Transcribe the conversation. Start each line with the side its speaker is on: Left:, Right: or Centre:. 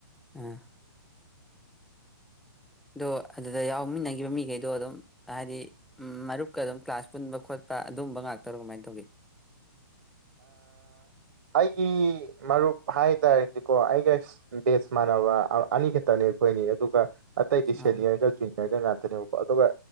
Centre: ꯑꯥ ꯑꯗꯣ ꯑꯗꯨꯗ ꯌꯥꯎꯃꯤꯟꯅꯈꯤꯕ ꯃꯤꯈꯩꯗꯣ ꯑꯗꯨꯝ ꯍꯥꯏꯗꯤ ꯃꯔꯨꯞꯀ ꯑꯗꯨꯝ ꯀ꯭ꯂꯥꯁ ꯄꯨꯟꯕ ꯈꯣꯠꯄ ꯑꯗꯨꯝꯕ ꯉꯥꯛꯇꯔꯣ ꯀꯃꯥꯏꯅ ꯇꯧꯒꯦ
Right: ꯑꯩꯒꯤ ꯃꯔꯨꯞ ꯍꯥꯏ ꯇꯥꯔꯗꯤꯀꯣ ꯑꯩꯒ ꯕꯦꯁ ꯃꯥꯟꯅꯕ ꯑꯅꯤ ꯈꯛꯇꯅꯦ ꯑꯩꯈꯣꯏꯅꯤ ꯑꯗꯨꯒ ꯑꯇꯩꯗꯤ
Centre: ꯑꯣ
Right: ꯁꯦꯅꯤꯌꯔꯒ ꯖꯨꯅꯤꯌꯔꯒ ꯉꯥꯛꯇꯅꯦꯕꯀꯣ ꯑꯗꯨꯒ